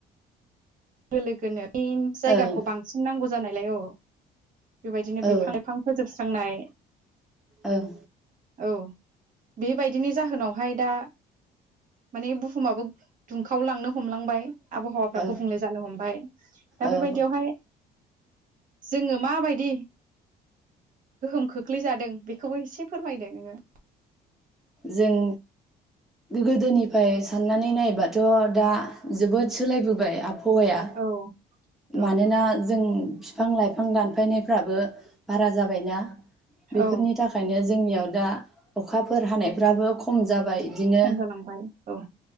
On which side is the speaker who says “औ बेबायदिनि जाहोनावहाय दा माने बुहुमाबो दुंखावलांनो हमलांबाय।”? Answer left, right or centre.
Right